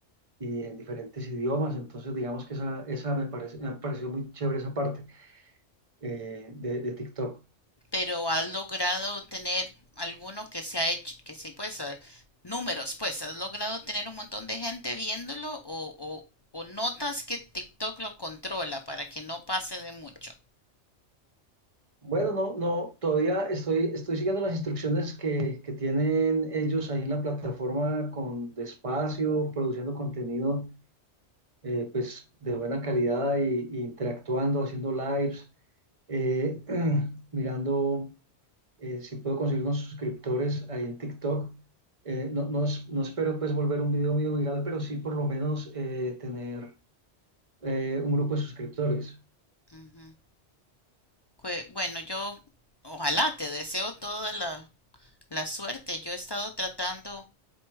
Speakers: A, on the right; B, on the left.
A: y en diferentes idiomas. Entonces, digamos que esa, esa me parece, me ha parecido muy chévere esa parte eh, de, de TikTok.
B: pero has logrado tener alguno que se ha hecho, que se pues, ah, números, pues, has logrado tener un montón de gente viéndolo o, o, o notas que TikTok lo controla para que no pase de mucho.
A: Bueno, no, no, todavía estoy, estoy siguiendo las instrucciones que, que tienen ellos ahí en la plataforma con despacio, produciendo contenido eh, pues de buena calidad y, y interactuando, haciendo lives, eh, <clears throat> mirando eh, si puedo conseguir unos suscriptores ahí en TikTok. Eh, no, no, es- no espero pues volver un video mío viral, pero sí por lo menos eh, tener eh, un grupo de suscriptores.
B: Ujú. Cue- Bueno, yo ojalá te deseo toda la, la suerte. Yo he estado tratando